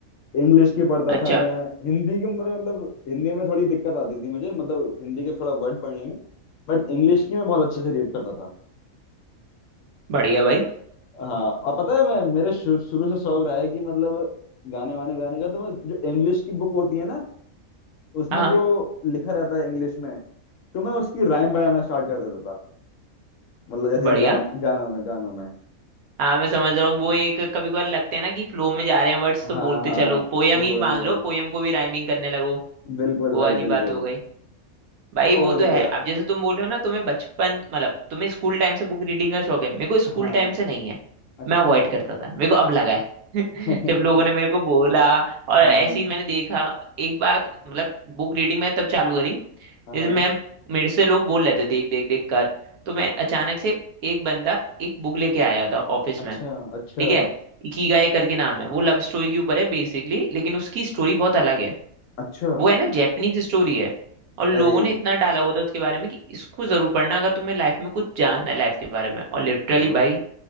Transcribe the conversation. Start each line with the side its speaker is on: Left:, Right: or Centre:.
Left: इंग्लिश की पढ़ता
Right: अच्छा
Left: था मैं हिंदी की मेरे मतलब हिंदी में थोड़ी दिक्कत आती थी मुझे मतलब हिंदी के थोड़ा वर्ड पढ़ने में बट इंग्लिश की मैं बहुत अच्छे से रीड करता था
Right: बढ़िया भाई
Left: हाँ और पता है मैं मेरे शु- शुरू से शौक रहा है कि मतलब गाने वाने गाने का तो मैं जो इंग्लिश की बुक होती है ना उसमें
Right: हाँ
Left: जो लिखा रहता है इंग्लिश में तो मैं उसकी राइम बनाना स्टार्ट कर देता था मतलब जैसे
Right: बढ़िया
Left: गान गानों में गानों में
Right: हाँ मैं समझ रहा हूँ वो एक कभी कभार लगते हैं ना कि फ्लो में जा रहे हैं वर्ड्स
Left: हाँ
Right: तो बोलते
Left: हाँ
Right: चलो पोयम
Left: वही
Right: ही मान
Left: वही
Right: लो पोयम को भी राइमिंग करने लगो
Left: बिल्कुल
Right: वो
Left: भाई
Right: वाली
Left: बिल्कुल
Right: बात हो गई भाई
Left: और
Right: वो तो है
Left: क्या
Right: अब जैसे तुम बोल रहे हो ना तुम्हें बचपन मतलब तुम्हें स्कूल टाइम से बुक रीडिंग का शौक है मेरे को स्कूल
Left: हाँ
Right: टाइम से नहीं है
Left: अच्छा
Right: मैं अवॉइड करता था मेरे को अब लगा है <laughs>
Left: <laughs>
Right: जब लोगों ने मेरे को बोला और
Left: हम्म
Right: ऐसे ही मैंने देखा एक बार मतलब बुक रीडिंग मैंने तब चालू करी
Left: हाँ
Right: जैसे मैं मेरे से लोग बोल रहे थे देख देख देख कर तो मैं अचानक से एक बंदा एक बुक लेके आया था ऑफिस
Left: अच्छा
Right: में
Left: अच्छा
Right: ठीक है इकिगाई करके नाम है वो लव स्टोरी के ऊपर है बेसिकली लेकिन उसकी स्टोरी बहुत अलग है
Left: अच्छा
Right: वो है ना जैपनीज स्टोरी है और लोगों
Left: अरे
Right: ने इतना डाला हुआ था उसके बारे में कि इसको जरूर पढ़ना अगर तुम्हें लाइफ में कुछ जानना है लाइफ के बारे में और लिटरली
Left: चलो
Right: भाई